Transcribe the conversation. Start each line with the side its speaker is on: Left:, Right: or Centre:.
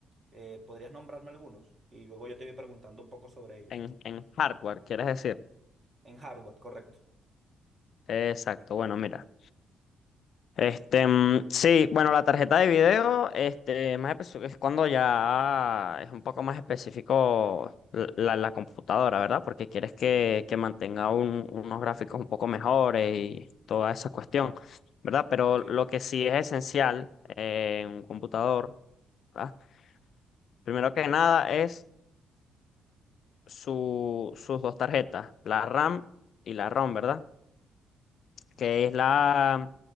Right: Eh, ¿podrías nombrarme algunos? Y luego yo te voy preguntando un poco sobre ellos.
Left: En, en hardware, quieres decir.
Right: En hardware, correcto.
Left: Exacto, bueno, mira. Este, mm, sí, bueno, la tarjeta de video, este, más espe- es cuando ya es un poco más específico la, la- la computadora, ¿verdad? Porque quieres que, que mantenga un- unos gráficos un poco mejores y toda esa cuestión, ¿verdad? Pero
Right: Ok.
Left: lo que sí es esencial eh, en un computador, ¿verdad? Primero que nada es su, sus dos tarjetas, la RAM y la ROM, ¿verdad? que es la,